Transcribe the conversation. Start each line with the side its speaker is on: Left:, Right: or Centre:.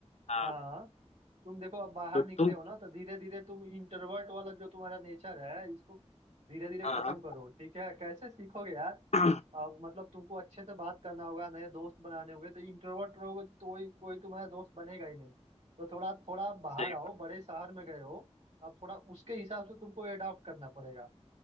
Left: हाँ
Right: हाँ तुम देखो अब बाहर
Left: तो तुम
Right: निकले हो ना तो धीरे धीरे तुम इंट्रोवर्ट वाला जो तुम्हारा नेचर है इसको धीरे धीरे
Left: हाँ
Right: खत्म करो ठीक है कैसे सीखोगे यार
Left: <clears throat> हाँ,
Right: अब मतलब तुमको अच्छे से बात करना होगा नए दोस्त बनाने होंगे तो इंट्रोवर्ट रहोगे तो, तो कोई कोई तुम्हारा दोस्त बनेगा ही नहीं तो थोड़ा थोड़ा बाहर
Left: सही
Right: आओ
Left: बात
Right: बड़े शहर में गए हो अब थोड़ा उसके हिसाब से तुमको एडॉप्ट करना पड़ेगा